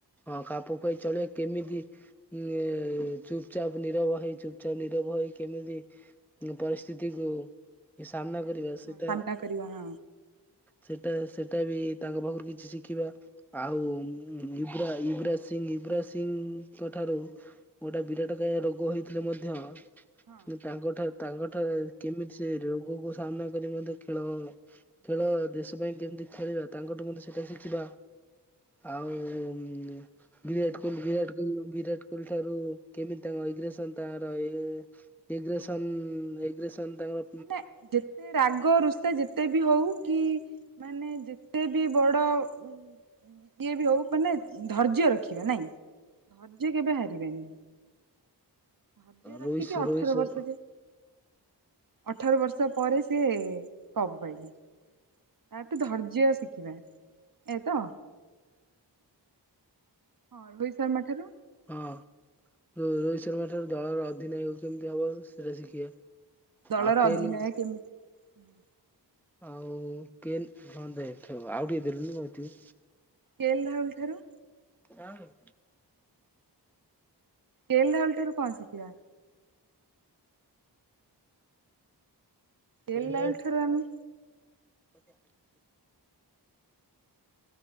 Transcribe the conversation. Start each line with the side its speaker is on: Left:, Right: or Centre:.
Centre: ହଁ ଖାପ ଖୁଆଇ ଚଳିବା କେମିତି। ଉଁ ଏ ଚୁପଚାପ୍ ନିରବ ହେଇ ଚୁପ ଚାପ୍ ନିରବ ହେଇ କେମିତି। ଉଁ ପରିସ୍ଥିତିକୁ ଏ ସାମ୍ନା କରିବା ସେଟା।
Right: ସାମ୍ନା କରିବା ହଁ।
Centre: ସେଟା ସେଟା ବି ତାଙ୍କ ପାଖରୁ କିଛି ଶିଖିବା ଆଉ ଉଁ। ୟୁବରା ୟୁବରାଜ ସିଂଘ ୟୁବରାଜ ସିଂଘଙ୍କ ଠାରୁ ଗୋଟେ ବିରାଟ କାୟ ରୋଗ ହେଇଥିଲେ ମଧ୍ୟ
Right: ହଁ
Centre: କିନ୍ତୁ ତାଙ୍କଠା ତାଙ୍କଠା କେମିତି ସେ ରୋଗକୁ ସାମ୍ନା କରି ମଧ୍ୟ ଖେଳ। ଖେଳ ଦେଶ ପାଇଁ କେମିତି ଖେଳିବା ତାଙ୍କଠୁ ମତେ ସେଟା ଶିଖିବା ଆଉ ଉଁ ବିରାଟ କୋହଲି ବିରାଟ କୋହଲି ଉଁ ବିରାଟ କୋହଲି ଠାରୁ କେମିତି ତାଙ୍କ ଇଗ୍ରେସନ ତାଙ୍କର ଇଏ। ଟିଗ୍ରେସନ ଇଗ୍ରେସନ ତାଙ୍କ
Right: ମାନେ ଯେତେ ରାଗ ରୁଷ ସା ଯେତେ ବି ହଉ କି ମାନେ ଯେତେ ବି ବଡ ଉଁ। ଇଏ ବି ହଉ ମାନେ ଉଁ ଧର୍ଯ୍ୟ ରଖିବା ନାଇଁ ଧର୍ଯ୍ୟ କେବେ ହାରିବାନି। ଧର୍ଯ୍ୟ ରଖିକି
Centre: ରୋହିତ
Right: ଅଠର
Centre: ରୋହିତ ଶର୍ମା
Right: ବର୍ଷ ଯେ ଅଠର ବର୍ଷ ପରେ ସିଏ କପ ପାଇଲେ। ତାଠୁ ଧର୍ଯ୍ୟ ଶିଖିବା ଏଇଆ ତ। ହଁ ରୋହିତ ଶର୍ମା ଠାରୁ।
Centre: ହଁ ରୋ-ରୋହିତ ଶର୍ମା ଠାରୁ ଦଳର ଅଧିନାୟକ କେମିତି ହବ ସେଇଟା ଶିଖିବା।
Right: ଦଳର
Centre: ଆଉ କେନ୍
Right: ଅଧିନାୟକ କେମିତି ହୁଁ।
Centre: ଆଉ କେନ ହଁ ଦେଖେବା ଆଉ ଟିକେ ଦେଲୁନି କଣ ଏତିକି।
Right: କେ ଏଲ ରାହୁଲ ଠାରୁ।
Centre: ରାହୁଲୁ।
Right: କେ ଏଲ ରାହୁଲ ଠାରୁ କଣ ଶିଖିବା? କେ
Centre: କେନ୍
Right: ଏଲ ରାହୁଲ ଠାରୁ ଆମ
Centre: <unintelligible>